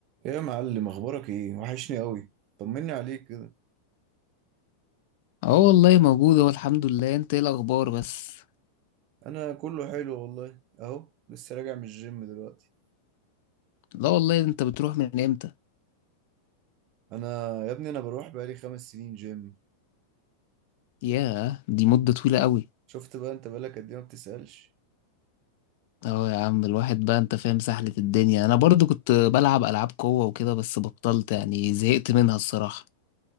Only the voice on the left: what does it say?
اه والله موجود اهو الحمد لله انت ايه الاخبار بس
لا والله انت بتروح من امتى
ياه دي مدة طويلة قوي
اه يا عم الواحد بقى انت فاهم سحلة الدنيا انا برضو كنت بلعب العاب قوة وكده بس بطلت يعني زهقت منها الصراحة